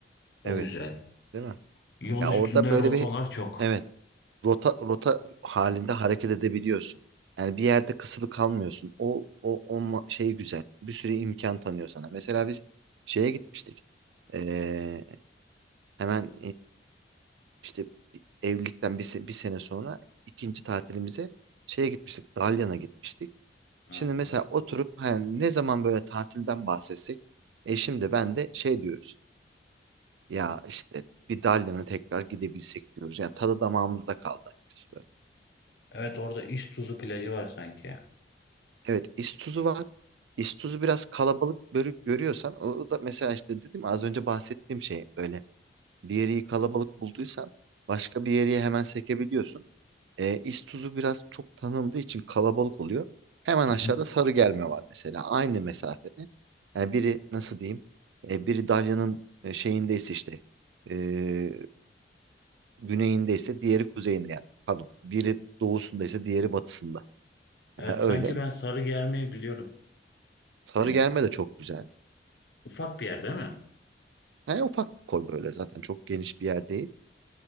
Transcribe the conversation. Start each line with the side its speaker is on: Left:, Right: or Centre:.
Left: O
Right: Evet,
Left: güzel.
Right: değil mi?
Left: Yol
Right: Ya
Left: üstünde
Right: orada böyle
Left: rotalar
Right: bir
Left: çok.
Right: evet rota rota halinde hareket edebiliyorsun. Yani bir yerde kısılı kalmıyorsun. O o o ma- şey güzel. Bir sürü imkan tanıyor sana. Mesela biz şeye gitmiştik. Ee, hemen İşte bir- evlilikten bir, se- bir sene sonra ikinci tatilimize şeye gitmiştik. Dalyan'a gitmiştik.
Left: Aa,
Right: Şimdi mesela oturup hani ne zaman böyle tatilden bahsetsek eşim de ben de şey diyoruz. Ya işte bir Dalyan'a tekrar gidebilsek diyoruz. Yani tadı damağımızda kaldı açıkçası böyle.
Left: Evet orada İztuzu plajı var sanki.
Right: Evet İstuzu var. İstuzu biraz kalabalık börü- görüyorsan o da mesela işte dedim ya, az önce bahsettiğim şey böyle bir yeri kalabalık bulduysan başka bir yere hemen sekebiliyorsun. E, İstuzu biraz çok tanındığı için kalabalık oluyor. Hemen
Left: Hı
Right: aşağıda
Left: hı.
Right: sarı germe var mesela. Aynı mesafede. Yani biri nasıl diyeyim? E, biri Dalyan'ın e, şeyindeyse işte e, güneyindeyse diğeri kuzeyinde yani. Pardon. Biri doğusundaysa diğeri batısında.
Left: Evet
Right: Yani öyle.
Left: sanki ben Sarıgerme'yi biliyorum.
Right: Sarı
Left: Yani
Right: germe de çok güzel.
Left: ufak bir yer değil mi?
Right: Yani ufak bir koy böyle zaten çok geniş bir yer değil.